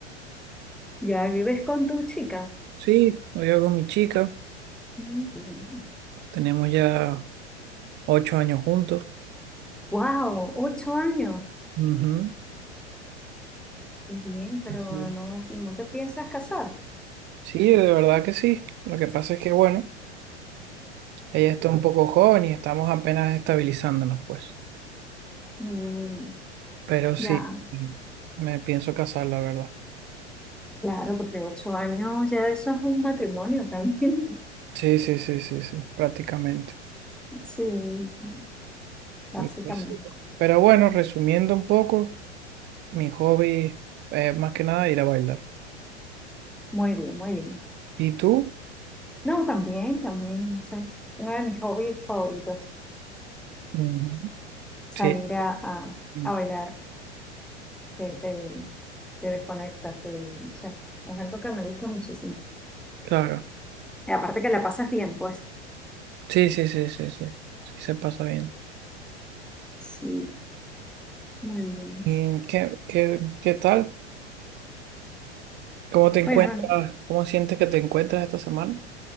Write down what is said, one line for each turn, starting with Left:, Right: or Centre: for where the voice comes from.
Centre: ¿Ya vives con tu chica?
Right: Sí, lo digo con mi chica.
Centre: Mm, bien.
Right: Tenemos ya ocho años juntos.
Centre: Wow, ocho años.
Right: Ujú.
Centre: Qué bien, pero
Right: Así es.
Centre: no, no te piensas casar.
Right: Sí, de verdad que sí. Lo que pasa es que, bueno, ella está un poco joven y estamos apenas estabilizándonos, pues.
Centre: Mm,
Right: Pero sí,
Centre: ya,
Right: me pienso casar, la verdad.
Centre: claro, porque ocho años ya eso es un matrimonio realmente. <laughs>
Right: Sí, sí, sí, sí, sí, prácticamente.
Centre: Sí, sí, básicamente.
Right: Y pues sí. Pero bueno, resumiendo un poco. Mi hobby es más que nada ir a bailar.
Centre: Muy bien, muy bien.
Right: ¿Y tú?
Centre: No, también, también, eso es uno de mis hobbies favoritos,
Right: Mm, Sí,
Centre: salir a, a,
Right: mm,
Centre: a bailar, te te de desconectarte, no sé, es algo que me gusta muchísimo.
Right: claro.
Centre: Y aparte que la pasas bien, pues.
Right: Sí, sí, sí, sí, sí. Sí, se pasa bien.
Centre: Sí, muy bien.
Right: ¿Y qué, qué, qué tal? ¿Cómo te encuentras?
Centre: Bueno,
Right: ¿Cómo sientes que te encuentras esta semana?